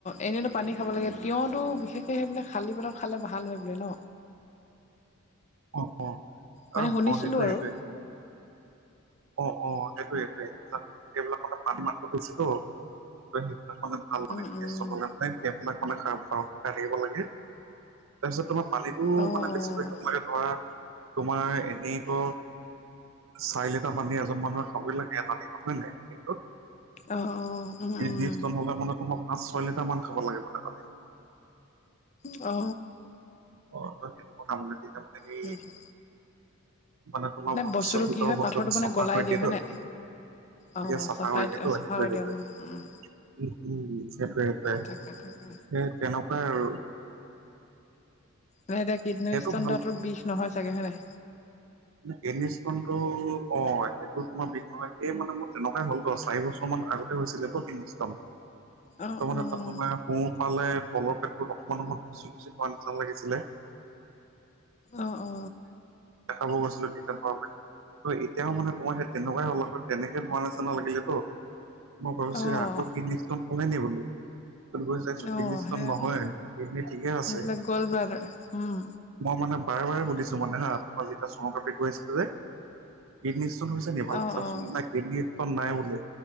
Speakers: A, on the left; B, on the right.
A: এনেইও তো পানী খাব লাগে তিয়ঁতটো বিশেষকে সেই বোলে খালী পেটত খালে ভাল হয় বোলে ন
B: অ অ
A: মানে
B: আৰু
A: শুনিছিলোঁ
B: অ সেইটোয়
A: আৰু
B: সেইটোয়ে অ অ সেইটোয়েই সেইটোয়েই এই সেইবিলাক কথা পানী মাত্ৰাটো বেছিটো সেইবিলাক মানে ভাল মানে
A: উম,
B: কি
A: উম,
B: মানে সেইবিলাক মানে খাই থাকিব লাগে তাৰপিছত তোমাৰ পানীতটো
A: অ',
B: মানে
A: অ',
B: বেছিকৈ সময়তে ধৰা তোমাৰ এনেইতো চাৰি লিটাৰ পানী এজন মানুহে খাবই লাগে এটা দিনত হয় নে নাই দিনটোত
A: অ', অ', উম,
B: এই
A: উম,
B: <unintelligible> নহলে মানে তোমাৰ পাঁচ ছয় লিটাৰ মান খাব লাগে মানে পানী।
A: অ
B: অ তই সেইটো কথা মান দি যাবে এই
A: সেইটোৱে।
B: মানে তোমাৰ
A: বস্তুটো
B: ছবিতৰ
A: কি হয়
B: বস্তুটো
A: পাথৰটো মানে
B: চফা
A: গলাই
B: কৰিৈ
A: দিয়ে
B: দিলো
A: হয় নাই অ',
B: চফা
A: চফাই
B: কৰি দিয়েটো
A: চফা
B: সেইটোৱে
A: কৰি
B: সেইটোৱে
A: দিয়ে উম, উম।
B: উ উম সেইটোৱে সেইটোৱে সেই
A: তাকে তাকে
B: তেনেকুৱাই আৰু
A: নাই এতিয়া কিডনী
B: সেইটো
A: ষ্ট'ন
B: ভাল
A: তাতো বিষ নহয় চাগে হয়‌ নে নাই
B: কিডনী ষ্টনটো অ এইটো তোমাৰ বিষ নহয় এই মানে মোৰ তেনেকুৱাই হ'ল তো চাৰি বছৰ মান আগত হৈছিলে প্ৰকষ্টম
A: অ',
B: ত মান
A: অ',
B: তাত তোমাৰ সোঁফালে তলৰ পেটটোত অকণমান সময়ত খুচি খুচি থোৱাৰ নিচিনা লাগিছিলে
A: অ অ
B: খাব গৈছিলো তেতিয়া পোৱালে এতিয়াও মানে তোমাৰ সেই তেনেকুৱাই হল তেনেকে ধৰা নিচিনা লাগিলে তো মই ভাবিছো
A: অ', অ'।
B: আকৌ কিডনী ষ্টন হ'লে নেকি বুলি তাত গৈ চাইছো
A: অ',
B: কিডনী ষ্টন
A: সেই
B: নহয়
A: আকৌ
B: কিডনী ঠিকে আছে
A: এইবিলাক গ'ল ব্লাডাৰ উম,
B: মই মানে বাৰে বাৰে সুধিছো মানে হা তোমাৰ যেতিয়া চনোগ্ৰাফি কৰিছিল যে কিডনী ষ্টন হৈছে নে ভালকৈ
A: অ',
B: চাওকচোন
A: অ',
B: নাই কিডনী ষ্টন নাই বোলে